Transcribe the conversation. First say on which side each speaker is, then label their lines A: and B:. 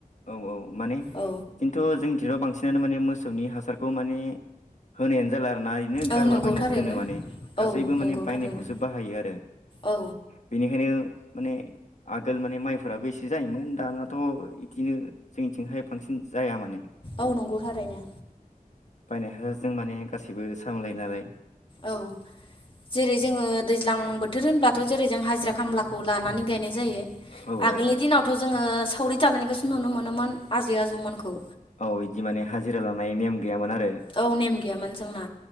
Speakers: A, on the left; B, on the left.
A: औ औ माने
B: औ
A: खिन्थु जोंनिथिंथ बांसिनानो माने मोसौनि हासारखौ माने होनायानो जाला आरो ना ओरैनो
B: औ
A: गारला
B: नंगौ
A: बायनासो
B: थारैनो
A: दोनो माने गासैबो
B: औ नंगौ
A: माने बायनायखौसो
B: थारैनो
A: बाहायो आरो
B: औ
A: बेनिखायनो माने आगोल माने माइफोराबो एसे जायोमोन। दानाथ' बिदिनो जोंनिथिंहाय बांसिन जाया माने।
B: औ नंगौ थारैनो।
A: बायनाय हासाजों माने गाससिबो सामलाय नालाय।
B: औ जेरै जोङो दैज्लां बोथोर होनबाथ' जेरै जों हाजिरा खामलाखौ लानानै गायनाय जायो
A: औ
B: आगोलनि
A: औ
B: दिनावथ' जोङो सावरि जालायनायखौसो नुनो मोनोमोन आजै आजैमोनखौ।
A: औ इदि माने हाजिरा लानाय नेम गैयामोन आरो।
B: औ नेम गैयामोन जोंना